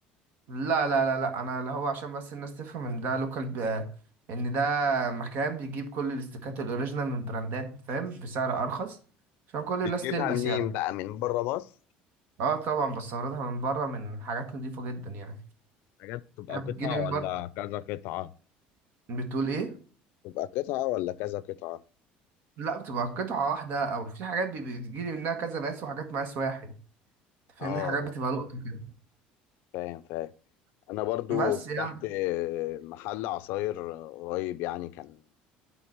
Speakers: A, on the right (about 60°); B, on the left (about 70°).
A: لا لا لا لا انا اللي هو عشان بس الناس تفهم ان ده لوكال ب... ان ده مكان بيجيب كل الاستوكات الاوريجينال من البراندات فاهم بسعر ارخص عشان كل
B: بتجيبها
A: الناس تلبس
B: منين
A: يعني
B: بقى من بره مصر؟
A: اه طبعا بستوردها من بره من حاجات نضيفة جدا يعني
B: حاجات بتبقى
A: انا بتجيلي
B: قطعة
A: من
B: ولا
A: بره
B: كذا قطعة؟
A: بتقول ايه
B: تبقى قطعة ولا كذا قطعة؟
A: لا بتبقى قطعة واحدة او في حاجات بي- بتجيلي منها كذا مقاس وحاجات مقاس واحد تفهمني
B: اه
A: حاجات
B: آه،
A: بتبقى لقطة كده
B: فاهم فاهم انا برضو
A: بس
B: فتحت
A: يعني
B: آه، محل عصاير آه، قريب يعني كان